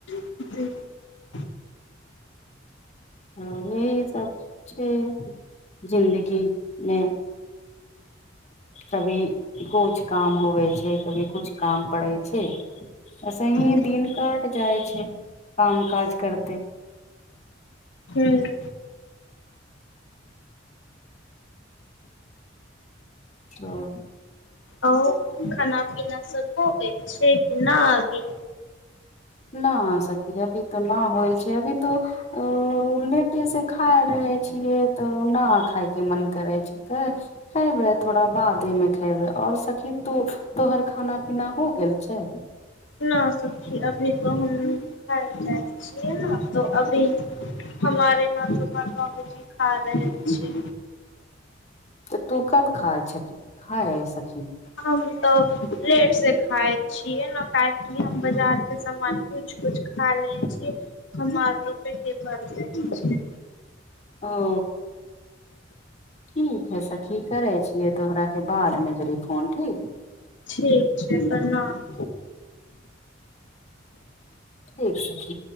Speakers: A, on the left (about 75°); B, on the left (about 35°).
A: <inaudible>
B: ह यही सब छै जिंन्दगीमे कभी कुछ काम होवे छै कभी कुछ काम पड़ै छै एसे ही
A: हूँ
B: दिन कट जाइ छै काम काज करते
A: हू <inaudible>
B: हँ
A: आ खाना-पिना सभ भऽ गेल छै कि नहि अभी?
B: नहि सखी, अभी तऽ नहि भेल छै, अभी तऽ। तऽ लेटेसँ खा रहल छियै तऽ ने, खाइके मोन करै छिकै। खेबे, थोड़ा बादमे खेबे। आ सखी, तोहर खाना-पिना भऽ गेल छै?
A: नहि सखी, अभी तऽ हम खाइ जाय छियै ने, तऽ अभी। हमरे यहाँ तऽ बाबूजी खा रहल छै।
B: तऽ तू कब खाइहऽ, खाहे सखी?
A: हम तऽ लेटसँ खाइ छियै ने कऽ। हम बाजारक सामान किछु-किछु खा लै छियै हम। हमर पेटे भरि जाइ छै।
B: ओ ठीक है सखी, करै छियै तोहराक, बादमे जरि फोन ठीक।
A: ठीक छै। प्रणाम
B: ठीक सखी।